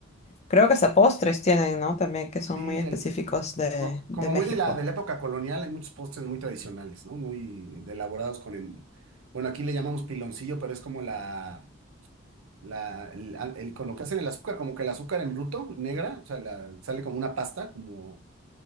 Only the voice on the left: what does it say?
creo que hasta postres tienen, ¿no? También que son
muy específicos
de,
de
México.